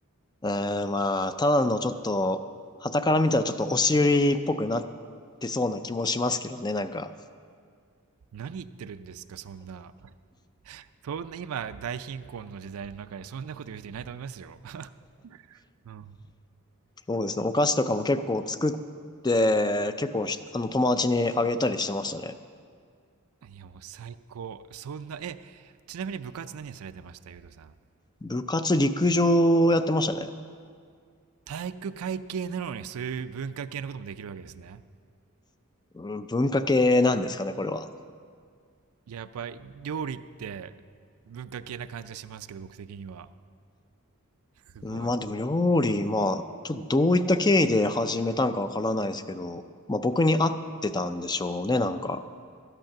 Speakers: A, on the left; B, on the right.
A: うーん、まあ、ただのちょっと、傍から見たらちょっと押し売りっぽくなってそうな気もしますけどね、なんか。
B: 何言ってるんですか、そんな。そんな今、大貧困の時代の中で、そんなこと言う人いないと思いますよ。<laughs> うん。
A: そうですね、お菓子とかも結構作って、結構ひ、あの、友達にあげたりしてましたね。
B: いや、もう最高。そんな、え、ちなみに部活何されてましたゆうとさん。
A: 部活陸上やってましたね。
B: 体育会系なのにそういう文化系のこともできるわけですね。
A: うん文化系なんですかね、これは。
B: いや、やっぱり料理って文化系な感じがしますけど、僕的には。すごい。
A: うんまあでも料理、まあ、ちょっとどういった経緯で始めたんかわからないですけど、まあ僕に合ってたんでしょうね、なんか。